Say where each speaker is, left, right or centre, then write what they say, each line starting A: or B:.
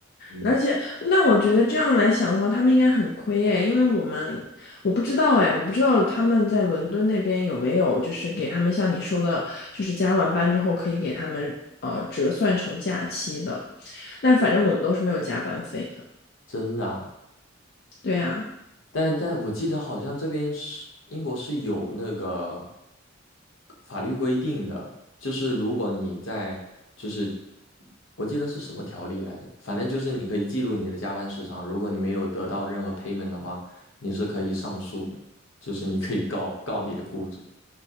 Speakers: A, on the left (about 75°); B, on the left (about 55°).
A: 嗯，
B: 而且，那我觉得这样来想的话，他们应该很亏诶，因为我们我不知道诶，我不知道他们在伦敦那边有没有就是给他们像你说的，就是加完班之后可以给他们呃折算成假期的，但反正我们都是没有加班费的。
A: 真的啊
B: 对呀。
A: 但但我记得好像这边是英国是有那个法律规定的，就是如果你在就是我记得是什么条例来着，反正就是你可以记录你的加班时长，如果你没有得到任何 payment 的话，你是可以上诉的，就是你可以告告你的雇主。